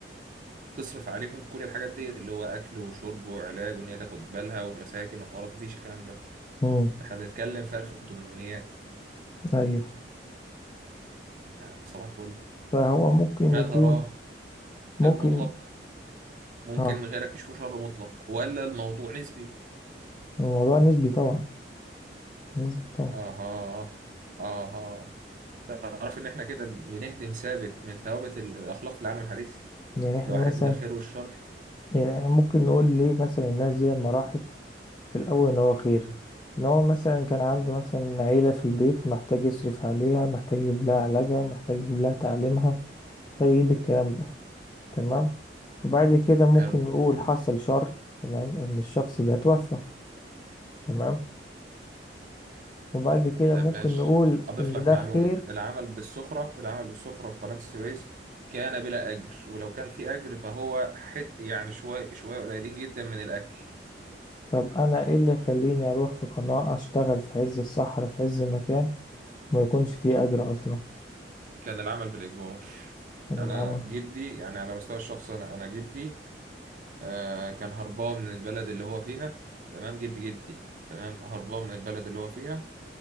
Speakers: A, on the right (about 45°); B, on the left (about 25°).
A: تصرف عليهم كل الحاجات ديت اللي هو أكل وشرب وعلاج وإن هي تاخد بالها ومساكن وحوارات مفيش الكلام ده
B: امم
A: احنا بنتكلم في 1800
B: ايوه
A: يعني صباح الفل
B: فهو ممكن
A: ما
B: يكون
A: تراه
B: ممكن
A: خير مطلق ممكن
B: اه
A: غيرك يشوفه شر مطلق ولا الموضوع نسبي
B: الموضوع نسبي طبعا نسبي طبعا
A: اها اها تعرف ان احنا كده بنهدم ثابت من ثوابت ال- الاخلاق في العالم الحديث
B: يعني احنا
A: اللي هو
B: مثلا
A: حته الخير والشر
B: يعني إحنا ممكن نقول ليه مثلا الناس دي لما راحت في الأول إن هو خير
A: مم.
B: إن هو مثلا كان عنده مثلا عيلة في البيت محتاج يصرف عليها محتاج يجيب لها علاجها محتاج يجيب لها تعليمها محتاج يجيب الكلام ده تمام وبعد كده ممكن
A: حلو
B: نقول حصل شر تمام إن الشخص ده توفى تمام وبعد كده
A: طب
B: ممكن
A: ماشي
B: نقول
A: اضيف
B: إن
A: لك
B: ده
A: معلومه
B: خير
A: العمل بالسخره العمل بالسخره في قناه السويس كان بلا اجر ولو كان في اجر فهو حت يعني شويه شويه قليلين جدا من الاكل
B: طب أنا إيه اللي يخليني أروح في قناة أشتغل في عز الصحراء في عز المكان وما يكونش فيه أجر أصلا
A: كان العمل بالاجبار
B: من
A: انا
B: العمل
A: جدي يعني على مستوى الشخص انا انا جدي آه كان هربان من البلد اللي هو فيها تمام جد جدي تمام هربان من البلد اللي هو فيها